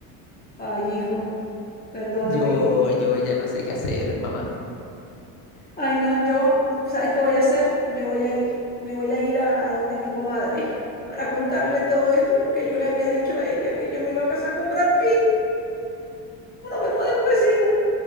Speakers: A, on the left; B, on the left.
A: Ay, hijo, perdóname,
B: yo,
A: hijo.
B: yo ya no sé qué hacer, mamá.
A: Ay, no, yo, ¿sabes qué voy a hacer? Me voy a ir, me voy a ir a, a donde mi comadre para contarle todo esto porque yo le había dicho a ella que yo me iba a casar con Brad Pitt. Nos vemos después, hijo.